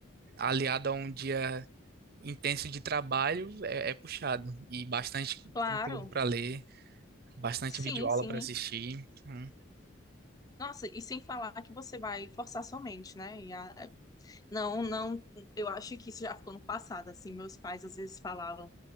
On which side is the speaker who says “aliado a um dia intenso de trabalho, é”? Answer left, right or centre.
Right